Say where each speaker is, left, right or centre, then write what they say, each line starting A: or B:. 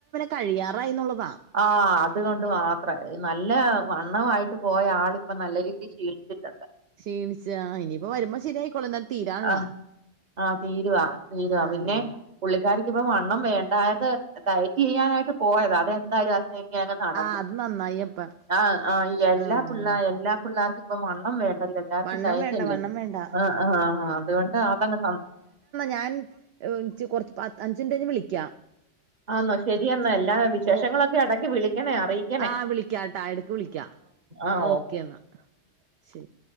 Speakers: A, on the right; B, on the right.
A: കഴിയാറായിന്നുള്ളതാ
B: ആഹ് അതുകൊണ്ട് മാത്ര നല്ല വണ്ണവായി പോയ ആള് ഇപ്പൊ നല്ല രീതിയിൽ ശീണിച്ചിട്ടുണ്ട്.
A: ക്ഷീണിച്ച ഇനിയിപ്പ വരുമ്പോ ശരിയിക്കോളും എന്ന തീരാള്ളാ
B: ആഹ് ആഹ് തീരുവാ തീരുവാ
A: ആഹ്
B: പിന്നെ പുള്ളിക്കാരി ഇപ്പൊ വണ്ണം വേണ്ടായത് ടയറ്റ് ചെയ്യാനായിട്ട് പോയതറ അതെന്താ അ <unintelligible> നടന്നു
A: ആഹ് അത് നന്നായി അപ്പ
B: ആഹ് ആഹ് എല്ലാ
A: ആഹ്
B: പിളേ എല്ലാ പിള്ളേർക്കും ഇപ്പ വണ്ണം വേണ്ടല്ല. എല്ലർക്കും
A: വണ്ണം
B: ഡയറ്റല്ലേ
A: വേണ്ട വണ്ണം വേണ്ട
B: ആ ആ ആ അതുകൊണ്ട് അതങ്ങ
A: ഞൻ കൊറച്ച് പത്ത്ഞ്ചിന്റെയ്ൻഞ്ഞ് വിളിക്കാം.
B: ആന്നോ ശരിയാന്ന എല്ല വിശേഷങ്ങളൊക്കെ
A: ഓ
B: ഇടക്കി വിളിക്കണേ അറിയി
A: ആഹ് വിളിക്കാം ട്ടാ എടുക്ക് വിളിക്കാം
B: ആഹ്
A: ഓക്കേന്നാ
B: ഓക്കെ
A: ശരി.